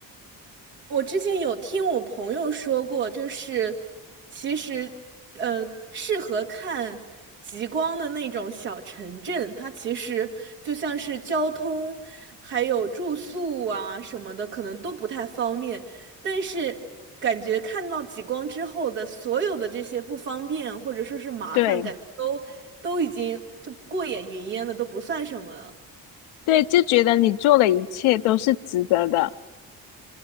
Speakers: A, on the right; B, on the left.
A: 我之前有听我朋友说过，就是其实，呃，适合看极光的那种小城镇，它其实就像是交通还有住宿啊什么的，可能都不太方便。但是感觉看到极光之后的所有的这些不方便或者说是麻烦，
B: 对
A: 感觉都都已经就过眼云烟了，都不算什么了。
B: 对，就觉得你做的一切都是值得的。